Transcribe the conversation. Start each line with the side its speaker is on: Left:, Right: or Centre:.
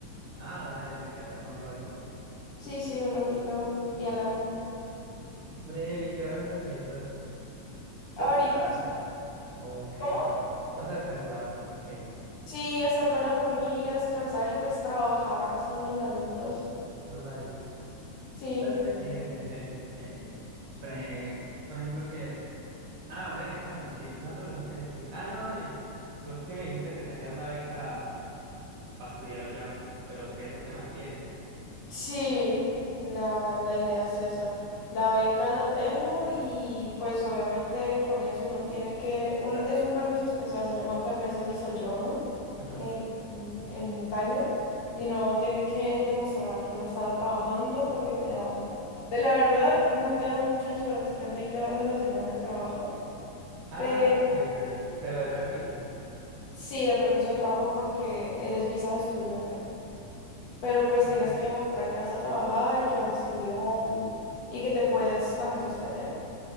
Right: Ah, dale, te quedas acá un rato.
Left: Sí, sí, un ratito bien largo.
Right: Breve, ¿y qué vas a hacer mientras?
Left: Ahorita,
Right: Descansar. ¿O
Left: ¿cómo?
Right: ¿Vas a descansar? ¿O qué?
Left: Sí, estar con la familia, descansar y pues trabajar así en los laditos.
Right: En los laditos.
Left: Sí.
Right: Déjale, sí, decente. Que breve. Por ejemplo, que. Ah, ve, bueno, sí, no te pregunté, sí. Ah, no, dale. Tú sí me dijiste que tenías la beca para estudiar allá, pero que tú te mantienes.
Left: Sí, la, la idea es eso. La beca la tengo y pues obviamente con eso uno tiene que, uno, es un permiso especial, se llama permiso di soggiorno
Right: Ujú.
Left: en, en Italia y uno tiene que demostrar que uno está trabajando porque te dan, de la verdad no te dan muchas horas, te dan 20 horas a la semana de trabajo,
Right: Ah,
Left: pero
Right: ok, dale. Pero de permiso.
Left: sí, de permiso de trabajo porque eres visa de estudiante. Pero pues
Right: Ujú.
Left: tienes que demostrar que vas a trabajar y que vas a estudiar y, y que te puedes también sostener.